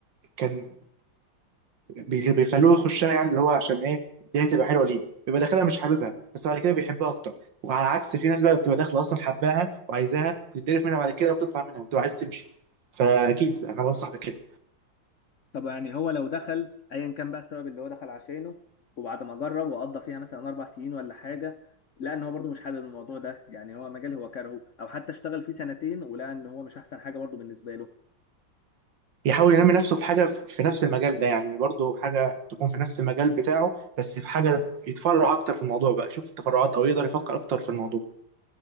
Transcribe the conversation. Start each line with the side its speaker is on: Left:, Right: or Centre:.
Right: كان بي- بيخلوه يخشها يعني اللي هو عشان ايه دي هتبقى حلوه ليك بيبقى داخلها مش حاببها بس بعد كده بيحبها اكتر وعلى عكس في ناس بقى بتبقى داخله اصلا حباها وعايزاها بتتقرف منها بعد كده وبتطلع منها وبتبقى عايز تمشي فاكيد انا بنصح بكده
Left: طب يعني هو لو دخل ايا كان بقى السبب اللي هو دخل عشانه وبعد ما جرب وقضى فيها مثلا اربع سنين ولا حاجه لقى ان هو برضه مش حابب الموضوع ده يعني هو مجال هو كارهه او حتى اشتغل فيه سنتين ولقى ان هو مش احسن حاجه برضه بالنسبه له
Right: يحاول ينمي نفسه في حاجة في نفس المجال ده يعني برضه حاجة تكون في نفس المجال بتاعه بس في حاجة يتفرع أكتر في الموضوع بقى يشوف التفرعات أو يقدر يفكر أكتر في الموضوع